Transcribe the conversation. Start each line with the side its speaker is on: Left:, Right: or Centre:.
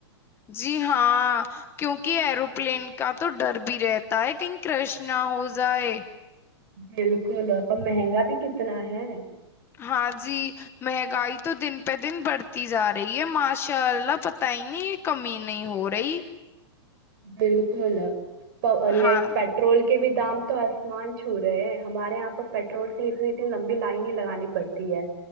Left: جی ہاں کیونکہ ایروپلین کا تو ڈر بھی رہتا ہے کہیں کرش نہ ہو جائے
Right: بالکل اور مہنگا بھی کتنا ہے
Left: ہاں جی مہنگائی تو دن پہ دن بڑھتی جا رہی ہے ماشاء اللہ پت ہی نہیں یہ کمی نہیں ہو رہی
Right: بالکل یہ
Left: ہاں
Right: پیٹرول کے بھی دام تو سامان چھو رہے ہیں ہمارے یہاں پر پیٹرول کی اتنی اتنی لمبی لائن ہی لگانی پڑتی ہے